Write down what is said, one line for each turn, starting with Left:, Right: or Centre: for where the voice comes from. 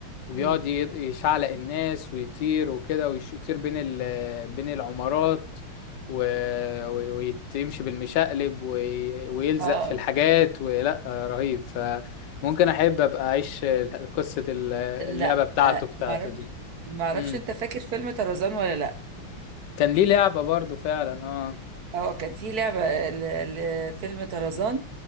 Left: وبيقعد
Right: مم.
Left: ي- يشعلق الناس ويطير وكده ويطير بين ال... بين العمارات و... و- ويمشي بالمشقلب وي... ويلزق
Right: اه
Left: في الحاجات ولا آه، رهيب فممكن احب ابقى اعيش قصه اللعبه
Right: لا
Left: بتاعته
Right: آه،
Left: بتاعته
Right: معرفش
Left: دي
Right: معرفش
Left: مم.
Right: انت فاكر فيلم طرزان ولا لا
Left: كان ليه لعبة برضو فعلا آه.
Right: اه كان في لعبة ل- لفيلم طرزان